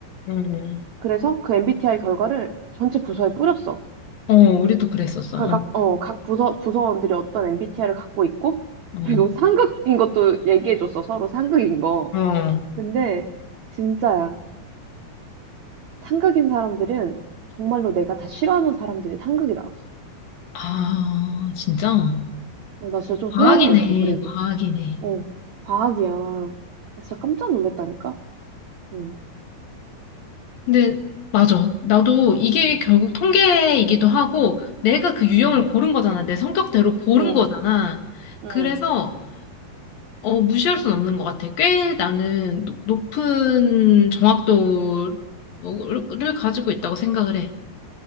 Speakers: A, on the left (about 60°); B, on the right (about 70°).
A: 음. 음.
B: 그래서 그 MBTI 결과를 전체 부서에 뿌렸어
A: 어, 우리도 그랬었어.
B: 각, 각- 어, 각 부서, 부서원들이 어떤 MBTI를 갖고 있고,
A: 어, 어.
B: 그리고 상극인 것도 얘기해줬어, 서로 상극인 거.
A: 어.
B: 근데, 진짜야. 상극인 사람들은 정말로 내가 다 싫어하는 사람들이 상극이 나왔어.
A: 아, 진짜?
B: 어, 나 진짜 좀
A: 과학이네,
B: 소름이었어, 그래서.
A: 과학이네.
B: 어, 과학이야. 나 진짜 깜짝 놀랐다니까? 응,
A: 근데 맞아. 나도 이게
B: 응,
A: 결국 통계이기도 하고 내가 그 유형을
B: 응,
A: 고른 거잖아. 내 성격대로 고른
B: 응,
A: 거잖아.
B: 응.
A: 그래서 어, 무시할 수는 없는 것 같아. 꽤 나는 노- 높은 정확도를 가지고 있다고 생각을 해.